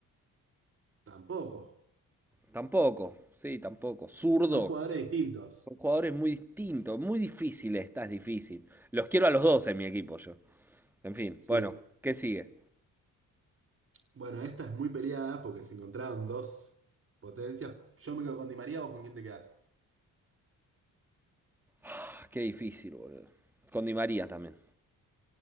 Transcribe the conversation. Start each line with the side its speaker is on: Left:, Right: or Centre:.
Right: tampoco.
Centre: Tampoco. Sí, tampoco. Zurdo.
Right: Son jugadores distintos.
Centre: Son jugadores muy distintos, muy difíciles, estás difícil. Los quiero a los dos en mi equipo yo. En fin,
Right: Sí.
Centre: bueno, ¿qué sigue?
Right: Bueno, esta es muy peleada porque se encontraron dos potencias. Yo me quedo con Di María, ¿vos con quién te quedás?
Centre: Ah, qué difícil, boludo. Con Di María también.